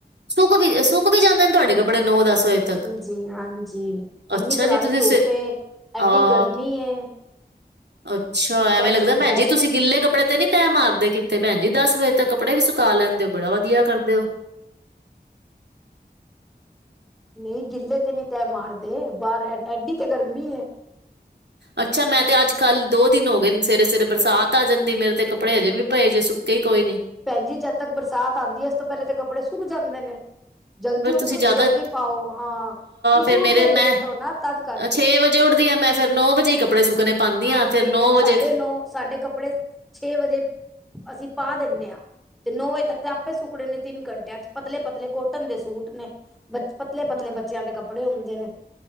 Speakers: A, on the right (about 85°); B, in the centre.
A: ਸੁੱਕ ਵੀ ਸੁੱਕ ਵੀ ਜਾਂਦੇ ਨੇ ਤੁਹਾਡੇ ਕੱਪੜੇ ਨੌ ਦਸ ਵਜੇ ਤੱਕ
B: ਜੀ ਹਾਂਜੀ ਏਨੀ
A: ਅੱਛਾ
B: ਕਰਾਰੀ
A: ਜੀ ਤੁਸੀਂ
B: ਧੁੱਪ
A: ਸ
B: ਏਡੀ
A: ਆਹ
B: ਗਰਮੀ ਏ
A: ਅੱਛਾ,
B: ਦਸ
A: ਐਵੇਂ ਲੱਗਦਾ
B: ਵ
A: ਭੈਣ
B: ਦਸ
A: ਜੀ ਤੁਸੀਂ ਗਿੱਲੇ ਕੱਪੜੇ ਤੇ ਨੀ ਤੈਅ ਮਾਰਦੇ ਕੀਤੇ ਭੈਣ ਜੀ ਦਸ ਵਜੇ ਤਕ ਕੱਪੜੇ ਵੀ ਸੁਕਾ ਲੈਂਦੇ ਹੋ ਬੜਾ ਵਧੀਆ ਕਰਦੇ ਹੋ।
B: ਨਹੀਂ ਗਿੱਲੇ ਤੇ ਨੀ ਤੈਅ ਮਾਰਦੇ ਬਾਹਰ ਐਡੀ ਤੇ ਗਰਮੀ ਏ।
A: ਅੱਛਾ, ਮੈਂ ਤੇ ਅੱਜ ਕੱਲ੍ਹ ਦੋ ਦਿਨ ਹੋ ਗਏ ਸਵੇਰੇ ਸਵੇਰੇ ਬਰਸਾਤ ਆ ਜਾਂਦੀ ਮੇਰੇ ਤੇ ਕੱਪੜੇ ਹਜੇ ਵੀ ਪਏ ਜੇ ਸੁ ਸੁੱਕੇ ਈ ਕੋਈ ਨੀ
B: ਭੈਣ ਜੀ ਜਦ ਤੱਕ ਬਰਸਾਤ ਆਉਂਦੀ ਹੈ ਉਸ ਤੋਂ ਪਹਿਲੇ ਤੇ ਕੱਪੜੇ ਸੁੱਕ ਜਾਂਦੇ ਨੇ। ਜਲਦੀ
A: ਪਰ
B: ਉੱਠੋ
A: ਤੁਸੀਂ ਜ਼ਿਆਦਾ
B: ਤੇ ਜਲਦੀ ਪਾਓ ਹਾਂ ਤੁਸੀਂ
A: ਫੇਰ
B: ਉੱਠਦੇ
A: ਮੇਰੇ
B: ਲੇਟ
A: ਮੈਂ
B: ਹੋ ਨਾ ਤਦ ਕਰਕੇ
A: ਛੇ ਵਜੇ ਉੱਠਦੀ ਆ ਮੈਂ ਫਿਰ ਨੌ ਵਜੇ ਹੀ ਕੱਪੜੇ ਸੁੱਕਣੇ ਪਾਉਂਦੀ
B: ਹਾਂ
A: ਆ ਫਿਰ
B: ਫੇਰ
A: ਨੌ ਵਜੇ
B: ਸਾਡੇ ਨੋ ਸਾਡੇ ਕੱਪੜੇ ਛੇ ਵਜੇ ਅਸੀਂ ਪਾ ਦਿੰਦੇ ਹਾਂ ਤੇ ਨੌ ਵਜੇ ਤੱਕ ਤਾਂ ਕਪੜੇ ਸੁੱਕਣੇ ਨੇ ਤਿੰਨ ਘੰਟਿਆਂ ਚ ਪਤਲੇ ਪਤਲੇ ਕੋਟਨ ਦੇ ਸੂਟ ਨੇ ਬ ਪਤਲੇ
A: ਅੱਛਾ
B: ਪਤਲੇ ਬੱਚਿਆਂ ਦੇ ਕੱਪੜੇ ਕੱਪੜੇ ਹੁੰਦੇ ਨੇ।